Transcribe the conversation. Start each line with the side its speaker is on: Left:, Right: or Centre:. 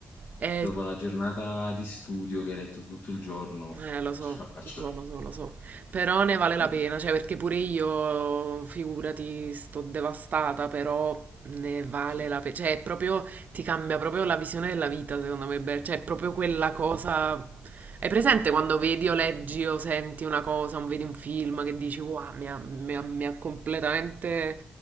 Right: Eh,
Left: dopo la giornata di studio che hai letto tutto il giorno,
Right: eh, lo so,
Left: ce la faccio
Right: lo so,
Left: alla
Right: lo so, lo so. Però ne vale la
Left: fine.
Right: pena, cioè perché pure io, figurati, sto devastata, però ne vale
Left: Cioè,
Right: la pena. Cioè, è proprio, ti cambia proprio la visione della vita, secondo me. Ber- Cioè, è proprio quella cosa... Hai presente quando vedi o leggi o senti una cosa, o vedi un film che dici, wow, mi ha, mi ha- mi ha completamente